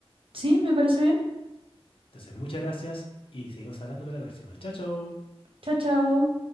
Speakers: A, on the right; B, on the left.
A: Sí, me parece bien.
B: Entonces, muchas gracias y seguimos hablando para la próxima. Chao, chao.
A: Chao, chao.